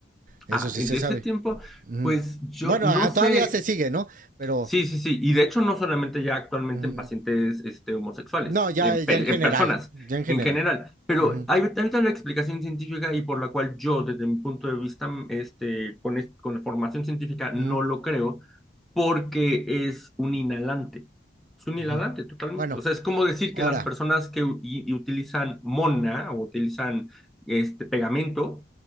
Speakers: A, on the right; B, in the centre.
A: Eso
B: Ah,
A: sí
B: en
A: se
B: ese
A: sabe.
B: tiempo,
A: Mm.
B: pues yo
A: Bueno,
B: no
A: a-
B: sé,
A: todavía se sigue, ¿no? Pero
B: Sí, sí, sí. Y de hecho, no solamente ya actualmente
A: mm,
B: en pacientes este, homosexuales,
A: no, ya,
B: en,
A: ya
B: pe-
A: en general,
B: en personas
A: ya en general.
B: en general. Pero
A: Ujú,
B: hay ahorita la explicación científica y por la cual yo, desde mi punto de vista, mm, este, con, es- con formación científica, no
A: ujú,
B: lo creo, porque es un inhalante. Es un
A: ujú.
B: inhalante totalmente.
A: Bueno,
B: O sea, es como decir
A: ahora,
B: que las personas que u- y- y utilizan mona o utilizan este pegamento